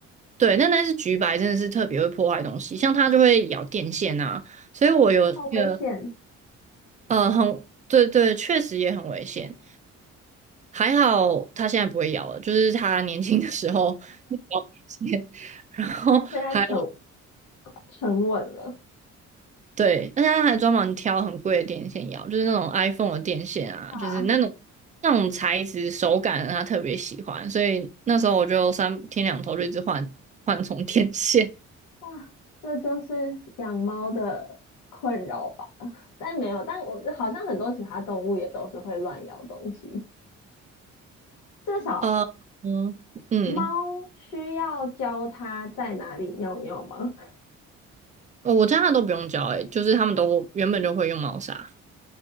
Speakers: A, on the right; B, on the left.
A: 对，但那是橘白真的是特别会破坏东西，像它就会咬电线啊。所以我有那个
B: 它好危险，
A: 呃，很，对对，确实也很危险。还好他现在不会咬了，就是他年轻的时候 <laughs> 咬电线，然后还
B: 它现在沉沉稳了，
A: 对，而且它还专门挑很贵的电线咬，就是那种 iPhone 的电线啊，
B: 哇。
A: 就是那种那种材质手感他特别喜欢，所以那时候我就三天两头就一直换换充电线。
B: 哇，这就是养猫的困扰吧？<laughs> 但没有，但我好像很多其他动物也都是会乱咬东西。至少
A: 呃嗯嗯，
B: 猫需要教它在哪里尿尿吗？
A: 哦我家的都不用教诶、就是他们都原本就会用猫砂。